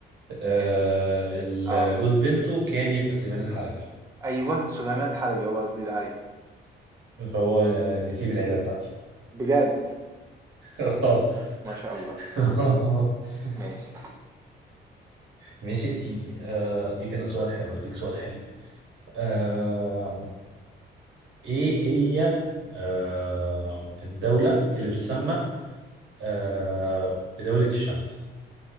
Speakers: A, on the right; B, on the right.
A: آه
B: اه
A: ال-
B: آه.
A: جوز بنته كان يبقى سليمان الحلبي
B: ايوه سليمان الحلبي هو قصدي ده عليه
A: فهو آه، نسيب العيلة بتاعتي
B: بجد
A: <laughs> اه
B: ما شاء الله
A: <laughs>
B: ماشي
A: ماشي يا سيدي آه، اديك انا سؤال حلو اديك سؤال حلو آه، إيه هي آه، الدولة اللي تسمى آه، بدولة الشمس؟